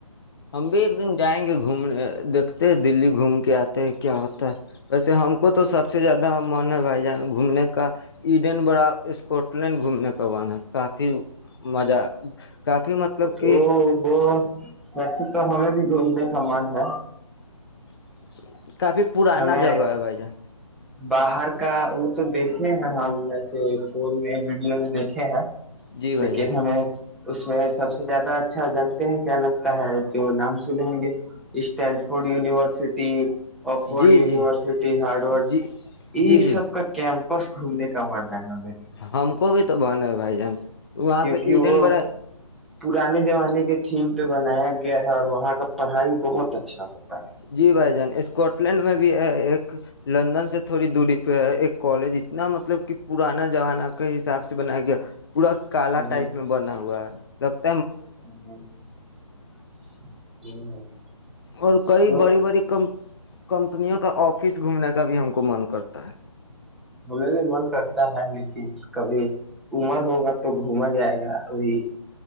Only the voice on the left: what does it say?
ہم بھی ایک دن جائیں گے گھومنے دیکتے دلی گھوم کے آتے کیا ہوتا ہے ویسے ہم کو تو سب سے زیادہ من ہے بھائی گھومنے کا ایڈن بڑا اسکاٹ لینڈ گھومنے کا من ہے کافی مزہ کافی مطلب
کہ
اور <unintelligible> کافی پرانا
جگہ ہے بھائی جان
جی بھائی
جان
جی
جی
جی
جی جی
ہم کو بھی تو معنی ہے بھائی جان وہاں
پہ ایڈن
بڑا
جی بھائی جان اسکاٹ لینڈ میں بھی ہے ایک لندن سے تھوڑی دوری پہ ہے ایک کالج اتنا مطلب کہ پرانا زمانہ کے حساب سے بنایا گیا پورا کالا
ٹائپ میں بنا ہوا ہے لکھ <unintelligible>
اور کئی بڑی بڑی کم کم کمپنی کا آفس گھومنے کا بھی ہم کو من کرتا <unintelligible>